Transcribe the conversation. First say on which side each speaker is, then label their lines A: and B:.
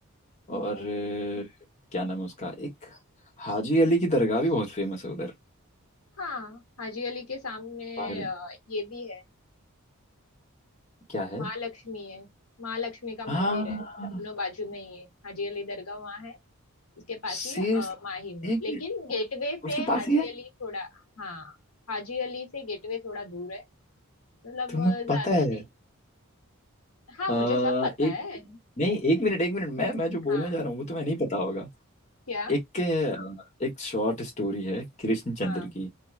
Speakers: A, on the left; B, on the left.
A: और
B: हम्म
A: अ, क्या नाम है उसका एक हाजी अली की दरगाह भी बहुत फेमस है उधर
B: हाँ हाजी अली के सामने
A: पर
B: अ, ये भी है
A: क्या है
B: महालक्ष्मी है महालक्ष्मी का मंदिर
A: हाँ
B: है दोनों बाजू में ही है हाजी अली दरगाह वहाँ है उसके पास
A: सीरियसली
B: ही अ, माही में
A: एक
B: लेकिन
A: मिनट
B: गेटवे
A: उसके
B: से
A: पास
B: हाजी
A: ही है
B: अली थोड़ा हाँ हाजी अली से गेटवे थोड़ा दूर है मतलब
A: तुम्हें
B: अ, ज्यादा
A: पता है
B: नहीं हाँ
A: अ,
B: मुझे सब पता
A: एक
B: है
A: नहीं एक मिनट एक मिनट मैं मैं जो बोलने
B: हाँ
A: जा रहा हूँ वो तुम्हें नहीं पता होगा।
B: क्या
A: एक एक शॉर्ट स्टोरी है कृष्णचंद्र
B: हाँ
A: की